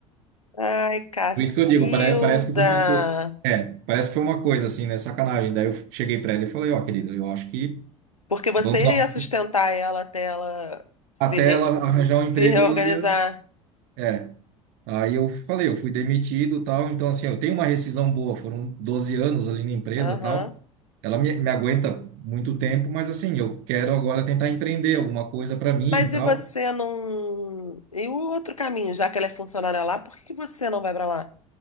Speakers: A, on the left (about 80°); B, on the right (about 55°).
A: Ai, Cacilda!
B: Por isso que eu digo, parece, parece que foi uma coisa. É, parece que foi uma coisa assim, né? Sacanagem. Daí eu cheguei para ela e falei, ó, querida, eu acho que
A: Porque você
B: vamos dar uma...
A: ia sustentar ela até ela se,
B: Até
A: re-
B: ela arranjar
A: se
B: um emprego,
A: reorganizar.
B: eu ia. É, Aí eu falei, eu fui demitido, tal, então assim, eu tenho uma rescisão boa, foram 12 anos ali na empresa,
A: Aham.
B: tal. Ela me, me aguenta muito tempo, mas assim, eu quero agora tentar empreender alguma coisa para mim
A: Mas
B: e tal.
A: e você não. E o outro caminho, já que ela é funcionária lá, por que que você não vai pra lá?